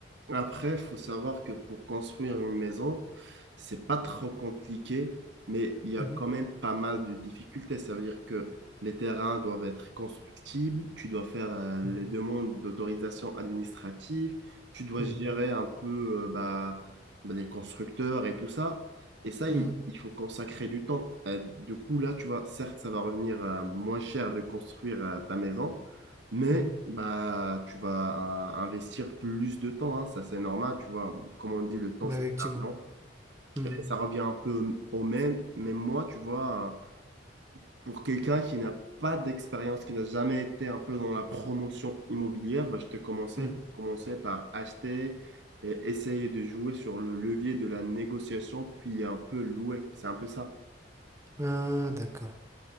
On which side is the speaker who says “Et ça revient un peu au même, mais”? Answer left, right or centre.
Right